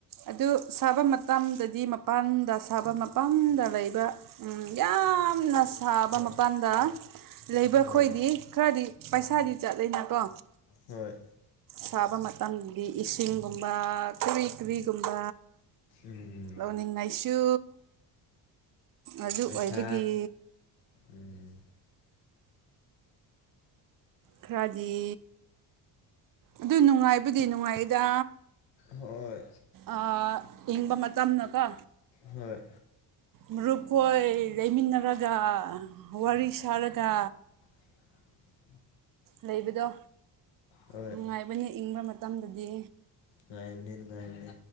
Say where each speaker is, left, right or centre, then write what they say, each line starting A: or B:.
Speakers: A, on the right; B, on the left.
A: ꯑꯗꯨ ꯁꯥꯕ ꯃꯇꯝꯗꯗꯤ ꯃꯄꯥꯟꯗ ꯁꯥꯕ ꯃꯄꯥꯟꯗ ꯂꯩꯕ ꯎꯝ ꯌꯥꯝꯅ ꯁꯥꯕ ꯃꯄꯥꯟꯗ ꯂꯩꯕ꯭ꯔꯥ
B: ꯍꯣꯏ
A: ꯈꯣꯏꯗꯤ ꯈꯔꯗꯤ ꯄꯩꯁꯥꯗꯤ ꯆꯠꯂꯤꯅꯦꯀꯣ
B: ꯍꯣꯏ
A: ꯁꯥꯕ ꯃꯇꯝꯗꯗꯤ ꯏꯁꯤꯡꯒꯨꯝꯕ ꯀꯔꯤ ꯀꯔꯤꯒꯨꯝꯕ
B: ꯎꯝ
A: ꯂꯧꯅꯤꯡꯉꯥꯏꯁꯨ ꯑꯗꯨ
B: ꯄꯩꯁꯥ
A: ꯑꯣꯏꯕꯒꯤ
B: ꯎꯝ
A: ꯈꯔꯗꯤ ꯑꯗꯨ ꯅꯨꯡꯉꯥꯏꯕꯨꯗꯤ ꯅꯨꯡꯉꯥꯏꯗ
B: ꯍꯣꯏ
A: ꯑꯥ ꯏꯪꯕ ꯃꯇꯝꯅꯀꯣ
B: ꯍꯣꯏ
A: ꯃꯔꯨꯠꯀꯣꯏ ꯂꯩꯃꯤꯟꯅꯔꯒ ꯋꯥꯔꯤ ꯁꯥꯔꯒ
B: <unintelligible>
A: ꯂꯩꯕꯗꯣ
B: ꯍꯣꯏ
A: ꯅꯨꯡꯉꯥꯏꯕꯅꯤ ꯏꯪꯕ ꯃꯇꯝꯗꯗꯤ
B: ꯥꯅꯨꯡꯉꯥꯏꯕꯅꯦ ꯅꯨꯡꯉꯥꯏꯕꯅꯦ